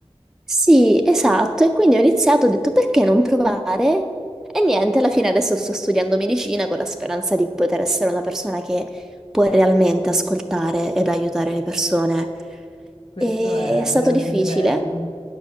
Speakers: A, in the centre; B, on the left (about 55°).
A: Sì, esatto, e quindi ho iniziato, ho detto perché non provare? E niente, alla fine adesso sto studiando medicina con la speranza di poter essere una persona che può realmente ascoltare ed aiutare le persone.
B: Questo
A: E
B: è
A: è stato
B: veramente
A: difficile,
B: bello.